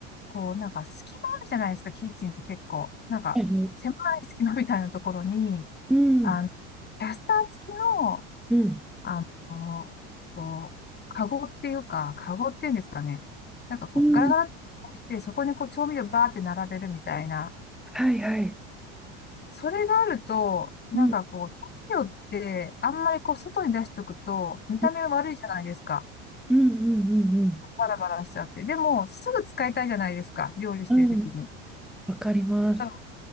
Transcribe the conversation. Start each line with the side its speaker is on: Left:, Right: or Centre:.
Left: こうなんか隙間あるじゃないですか、キッチンって結構。なんか狭い隙間みたいなところに、
Centre: えうん、
Left: あの、キャスター付きの、
Centre: うん、
Left: あの、こう、カゴっていうか、カゴっていうんですかね。なんかこう、
Centre: うん。
Left: ガラガラってして、そこにこう調味料バーって並べるみたいな、
Centre: はいはい。
Left: それがあると、なんかこう、
Centre: うん、
Left: 太陽ってあんまりこう外に出しとくと見た目悪いじゃないですか。
Centre: うん、うん、うん、うん。
Left: バラバラしちゃって。でも、すぐ使いたいじゃないですか。料理してるときに。
Centre: うんわかります。
Left: だから